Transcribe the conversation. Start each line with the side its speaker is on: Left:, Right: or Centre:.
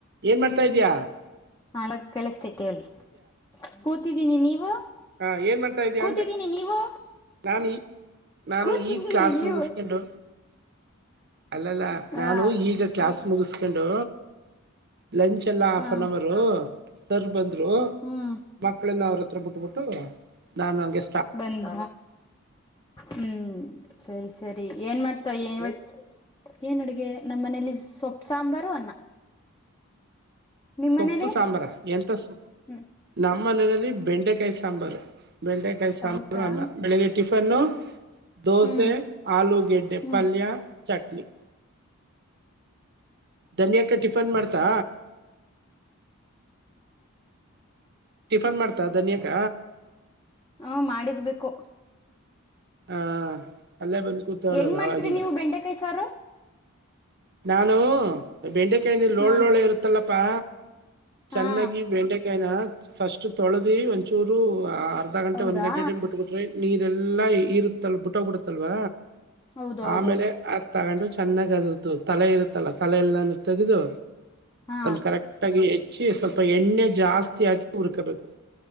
Right: ಏನ್ ಮಾಡ್ತಾ ಇದಯ
Left: ಹ ಕೇಳಿಸತೇತಿ ಹೇಳಿ ಕೂತಿದ್ದೀನಿ ನೀವು
Right: ಹಾ ಏನ್ ಮಾಡ್ತಾ ಇದ್ಯಾ
Left: ಕೂತಿದ್ದೀನಿ
Right: ಅಂದ
Left: ನೀವು
Right: ನಾನು ಈ ನಾನು
Left: ಕೂತಿದ್ದೀನಿ
Right: ಈ ಕ್ಲಾಸ್
Left: ನೀವು
Right: ಮುಗಿಸ್ಕೊಂಡು ಅಲ್ಲಲ್ಲ
Left: ಹಾ
Right: ನಾನು ಈಗ ಕ್ಲಾಸ್ ಮುಗಿಸಕೊಂಡು ಲಂಚ್ ಎಲ್ಲ ಹಾಫ್
Left: ಹಾ
Right: ಅನ್ ಅವರು ಸರ್ ಬಂದ್ರು
Left: ಹ್ಮ್
Right: ಮಕ್ಕಳೆಲ್ಲ ಅವ್ರ ಹತ್ರ ಬಿಟ್ಬಟ್ಟ ನಾ ನಗೆ
Left: ಬಂದ ಹ್ಮ್ ಸರಿ ಸರಿ ಏನ್ ಮಾಡ್ತವ ಇವತ್ತು ಏನು ಅಡುಗೆ ನಮ್ಮ್ ಮನೇಲಿ ಸೊಪ್ಪು ಸಾಂಬಾರು ಅನ್ನ ನಿಮ್ಮ್
Right: ಸೊಪ್ಪು
Left: ಮನೇಲಿ
Right: ಸಾಂಬಾರ ಎಂತ ಸ
Left: ಹ್ಮ್
Right: ನಮ್ಮನೆಯಲ್ಲಿ ಬೆಂಡೆಕಾಯಿ ಸಾಂಬಾರು ಬೆಂಡೆಕಾಯಿ ಸಾಂಬಾರು
Left: ಹೌದಾ
Right: ಅನ್ನ ಬೆಳಿಗ್ಗೆ ಟಿಫನ್ನು ದೋಸೆ
Left: ಹ್ಮ್
Right: ಆಲೂಗೆಡ್ಡೆ
Left: ಹ್ಮ್
Right: ಪಲ್ಯ ಚಟ್ನಿ ಧನಿಯಾಕ್ಕ ಟಿಫನ್ ಮಾಡ್ತಾ ಟಿಫನ್ ಮಾಡ್ತಾ ಧನಿ ಯಕ್ಕ
Left: ಹ್ಮ ಮಾಡಿರ್ಬೇಕು
Right: ಹಾ ಅಲ್ಲೇ ಬಂದು ಕೂತಲ್ಲ
Left: ಹೆಂಗ್ ಮಾಡ್ತೀರಿ
Right: ಅವಗಿಂದ
Left: ನೀವು ಬೆಂಡೆಕಾಯಿ ಸಾರು
Right: ನಾನು ಬೆಂಡೆಕಾಯನ ಲೋಳ್ೋಳೆ
Left: ಹಾ
Right: ಇರುತ್ತಲ್ಲಪ್ಪಾ ಚೆನ್ನಾಗಿ
Left: ಹಾ
Right: ಬೆಂಡೆಕಾಯನ ಫಸ್ಟ್ ತೊಳೆದು ಒಂಚೂರು ಅರ್ಧ ಗಂಟೆ
Left: ಹೌದಾ
Right: ಒಂದು ಗಂಟೆ ಟೈಮ್ ಬಿಟ್ಬಿಟ್ರಿ ನೀರೆಲ್ಲಾ ಇರುತ್ತಲ್ ಬಿಟ್ಟೋಗ್ಬ ಬಿಡುತ್ತಲ್ವ
Left: ಹೌದೌದು
Right: ಆಮೇಲೆ ಆ ತಗೊಂಡು ಚೆನ್ನಾಗ ಅದ್ರದ್ದು ತಲೆ ಇರುತ್ತಲ್ಲ ತಲೆ ಎಲ್ಲಾನು ತೆಗೆದು
Left: ಹಾ
Right: ಕರೆಕ್ಟ್ ಆಗಿ ಹಚ್ಚಿ ಸ್ವಲ್ಪ ಎಣ್ಣೆ ಜಾಸ್ತಿ ಹಾಕಿ ಉರ್ಕಬೇಕು